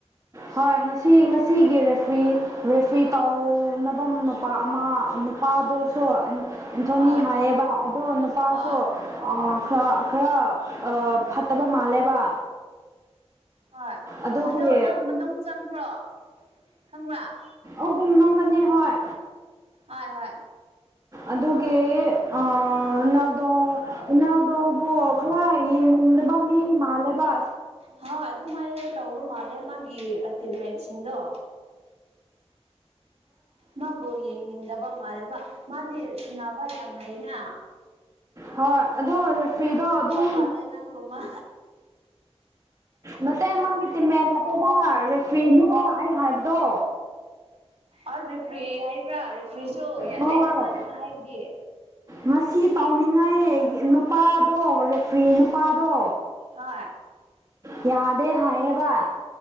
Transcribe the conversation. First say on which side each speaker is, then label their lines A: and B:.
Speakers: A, on the right (about 30°); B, on the right (about 70°).
A: ꯍꯣꯏ ꯉꯁꯤ ꯉꯁꯤꯒꯤ ꯔꯦ꯭ꯔꯤ ꯔꯦꯐ꯭ꯔꯤ ꯇꯧꯅꯐꯝ ꯅꯨꯄꯥ ꯑꯃ ꯅꯨꯄꯥꯗꯨꯁꯨ ꯑꯦꯟꯊꯣꯅꯤ
B: ꯍꯣꯏ
A: ꯍꯥꯏꯌꯦꯕ ꯑꯗꯣ ꯅꯨꯄꯥꯁꯨ
B: ꯍꯣꯏ
A: ꯈꯔ ꯈꯔ ꯐꯠꯇꯕ ꯃꯥꯜꯂꯦꯕ
B: ꯍꯣꯏ
A: ꯑꯗꯨꯒꯤ
B: ꯑꯗꯣ ꯅꯪ ꯃꯅꯨꯡ ꯆꯪꯈ꯭ꯔꯣ ꯈꯪꯕ꯭ꯔꯥ
A: ꯑꯗꯨ ꯑꯗꯨꯝ ꯅꯪꯒꯅꯤ ꯍꯣꯏ
B: ꯍꯣꯏ ꯍꯣꯏ
A: ꯑꯗꯨꯒꯤꯅꯥꯜꯗꯣꯨꯅꯥꯜꯗꯣꯕꯨ ꯈꯔ ꯌꯦꯡꯅꯤꯡ ꯃꯕ ꯃꯤ ꯃꯥꯂꯕ
B: ꯍ ꯑꯗꯨꯃꯥꯏꯅꯅ ꯇꯧꯕ ꯃꯥꯜꯂꯦ ꯃꯥꯒꯤ ꯑ ꯇꯤꯃꯦꯠꯁꯤꯡꯗꯣ ꯃꯥꯕꯨ ꯌꯦꯡꯅꯤꯡꯗꯕ ꯃꯥꯜꯂꯕ ꯃꯥꯗꯤ ꯁꯨꯅꯕ ꯌꯥꯝ ꯍꯥꯏꯅ
A: ꯍꯣꯏ ꯑꯣ ꯔꯦ ꯐꯤꯗꯣ ꯑꯗꯨꯝ
B: ꯃꯥꯜꯂꯦ ꯅꯪꯒꯨꯝꯕ
A: ꯃꯇꯩ ꯃꯥꯒꯤ ꯇꯤꯃꯦꯦꯟ ꯅꯠꯇꯦꯕ ꯔꯦꯐ꯭ꯔꯤꯗꯨꯗ ꯑꯩꯅ ꯍꯥꯏꯕꯗꯣ
B: ꯑ ꯔꯦꯐ꯭ꯔꯤ ꯍꯥꯏꯕ꯭ꯔꯥ ꯔꯦꯐ꯭ꯔꯤꯁꯨ ꯌꯥꯗꯩ
A: ꯍꯣꯏ
B: ꯍꯥꯏꯕ꯭ꯔ ꯅꯪꯅ ꯍꯥꯏꯕꯗꯤ
A: ꯉꯁꯤ ꯇꯥꯎꯅꯤꯡꯉꯥꯏ ꯅꯨꯄꯥꯗꯣ ꯔꯦꯐ꯭ꯔꯤ ꯅꯨꯄꯥꯗꯣ
B: ꯍꯥ
A: ꯌꯥꯗꯦ ꯍꯥꯏꯌꯦꯕ